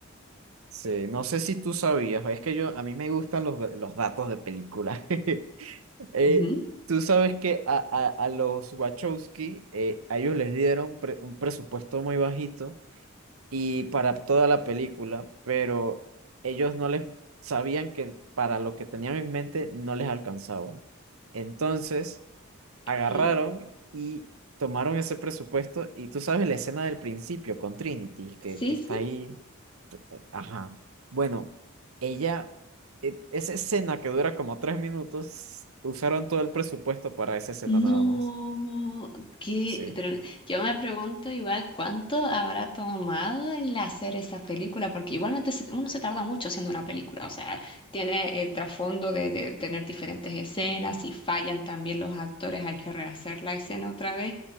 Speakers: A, on the right (about 80°); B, on the left (about 25°).
A: sí, no sé si tú sabías, es que yo, a mí me gustan los, los datos de películas. <laughs> Eh,
B: Ujú.
A: tú sabes que a, a, a los Wachowski, eh, a ellos les dieron pre- un presupuesto muy bajito y para toda la película, pero ellos no les sabían que para lo que tenían en mente no les alcanzaba. Entonces, agarraron
B: Ok.
A: y tomaron ese presupuesto y tú sabes la escena del principio con Trinity, que,
B: Sí,
A: que está
B: sí.
A: ahí. Ajá. Bueno, ella, e- esa escena que dura como tres minutos, usaron todo el presupuesto para esa escena
B: No,
A: nada más.
B: qué
A: Sí.
B: tre- yo me pregunto igual cuánto habrá tomado el hacer esa película, porque igualmente se- uno se tarda mucho haciendo una película, o sea, tiene el trasfondo de, de tener diferentes escenas, si fallan también los actores hay que rehacer la escena otra vez